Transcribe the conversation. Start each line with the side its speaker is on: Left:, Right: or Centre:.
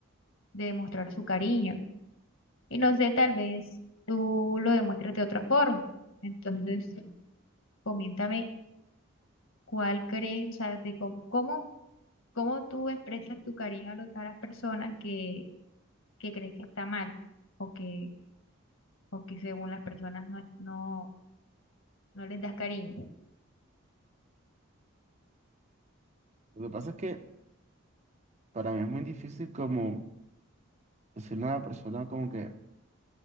Left: de demostrar su cariño. Y no sé, tal vez tú lo demuestras de otra forma. Entonces, coméntame cuál crees, o sea, de cómo cómo ¿Cómo tú expresas tu cariño a, lo- a las personas que, que crees que está mal o que, o que según las personas no, es- no, no les das cariño?
Right: Lo que pasa es que Para mí es muy difícil como decirle a una persona como que